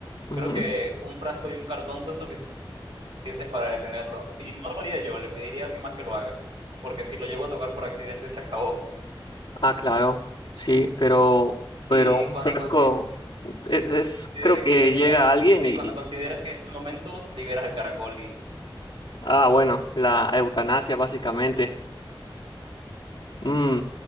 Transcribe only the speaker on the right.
Creo que un frasco y un cartón son suficientes. suficientes para detenerlo. Y no lo haría yo, le pediría a alguien más que lo haga, porque si lo llego a tocar por accidente se acabó.
Y
cuando
considere
que
ya llega
mi... Sí,
cuando consideras que es tu momento, liberas el caracol y...